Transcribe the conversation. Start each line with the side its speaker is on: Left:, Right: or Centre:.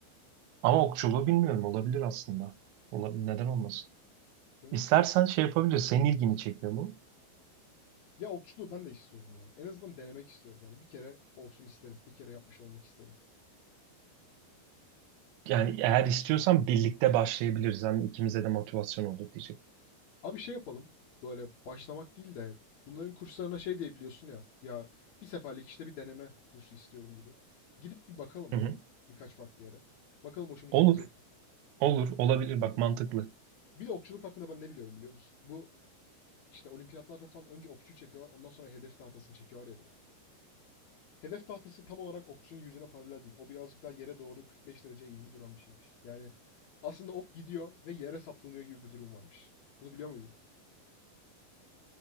Right: Ama okçuluğu bilmiyorum olabilir aslında. Olabilir neden olmasın?
Left: Değil
Right: İstersen
Left: mi?
Right: şey yapabiliriz. Senin ilgini çekiyor mu?
Left: Ya okçuluğu ben de istiyorum ya. En azından denemek istiyorum yani. Bir kere olsun isterim. Bir kere yapmış olmak isterim.
Right: Yani eğer istiyorsan birlikte başlayabiliriz. Hem ikimize de motivasyon olur diyecek.
Left: Abi şey yapalım. Böyle başlamak değil de bunların kurslarına şey diye biliyorsun ya. Ya bir seferlik işte bir deneme kursu istiyorum gibi. Gidip bir bakalım
Right: Hı
Left: ya.
Right: hı.
Left: Birkaç farklı yere. Bakalım hoşumuza
Right: Olur,
Left: gidecek mi?
Right: olur, olabilir. Bak mantıklı.
Left: Bir de okçuluk hakkında ben ne biliyorum biliyor musun? Bu işte olimpiyatlarda falan önce okçuyu çekiyorlar ondan sonra hedef tahtasını çekiyorlar ya direkt. Hedef tahtası tam olarak okçunun yüzüne paralel değil. O birazcık daha yere doğru 45 derece eğimli duran bir şeymiş. Yani aslında ok gidiyor ve yere saplanıyor gibi bir durum varmış. Bunu biliyor muydun?